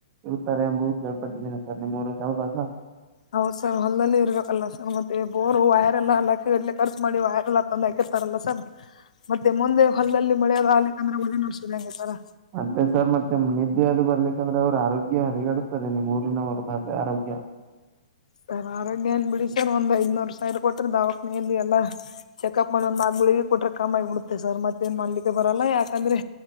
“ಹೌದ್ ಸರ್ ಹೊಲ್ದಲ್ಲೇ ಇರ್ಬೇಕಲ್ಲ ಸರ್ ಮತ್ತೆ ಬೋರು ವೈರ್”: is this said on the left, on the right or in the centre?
Left